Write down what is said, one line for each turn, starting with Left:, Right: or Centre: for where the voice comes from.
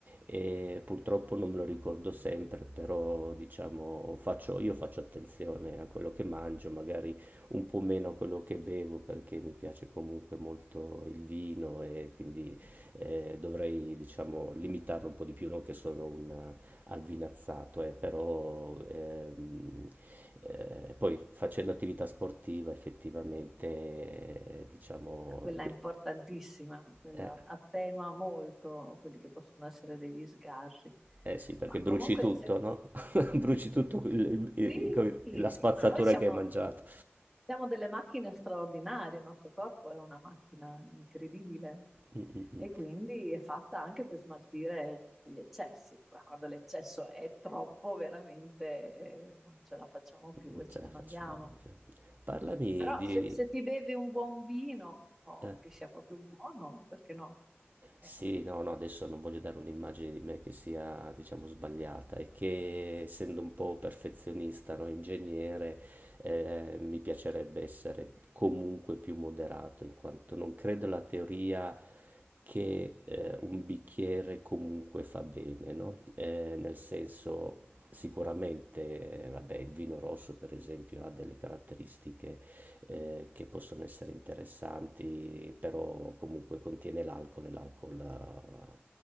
Right: e purtroppo non me lo ricordo sempre, però diciamo faccio io faccio attenzione a quello che mangio, magari un po' meno a quello che bevo perché mi piace comunque molto il vino e quindi, ehm, dovrei diciamo limitarlo un po' di più, non che sono un avvinazzato, eh, però ehm, eh, poi facendo attività sportiva effettivamente, eh, diciamo,
Centre: Quella
Right: che-
Centre: è importantissima, quella
Right: eh,
Centre: attenua molto quelli che possono essere degli sgarri.
Right: eh sì, perché
Centre: Ma
Right: bruci
Centre: comunque,
Right: tutto,
Centre: se...
Right: no? <laughs> Bruci tutto il- il-
Centre: sì,
Right: il- la
Centre: sì,
Right: spazzatura
Centre: ma noi siamo.
Right: che hai mangiato.
Centre: Siamo delle macchine straordinarie, il nostro corpo è una macchina incredibile
Right: Mm, mm, mm.
Centre: e quindi è fatta anche per smaltire gli eccessi. Ma Quando l'eccesso è troppo, veramente eh, non ce la facciamo più
Right: Non
Centre: e
Right: ce
Centre: ci
Right: la
Centre: ammaliamo.
Right: faccio. Parlami
Centre: Però
Right: di...
Centre: se, se ti bevi un buon vino,
Right: eh.
Centre: che sia proprio buono, perché no? Eh,
Right: Sì, no, no, adesso non voglio dare un'immagine di me che sia, diciamo, sbagliata e che essendo un po' perfezionista, no, ingegnere, eh, mi piacerebbe essere comunque più moderato, in quanto non credo alla teoria che eh, un bicchiere comunque fa bene, no? Eh, nel senso, sicuramente, eh, vabbè, il vino rosso, per esempio, ha delle caratteristiche eh, che possono essere interessanti, però comunque contiene l'alcol e l'alcol, eh,